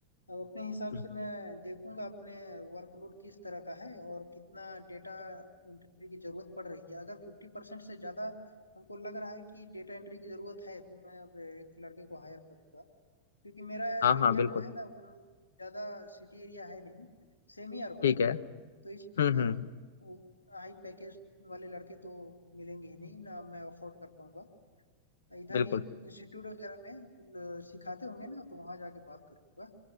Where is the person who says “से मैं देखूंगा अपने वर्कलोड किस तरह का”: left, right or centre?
Left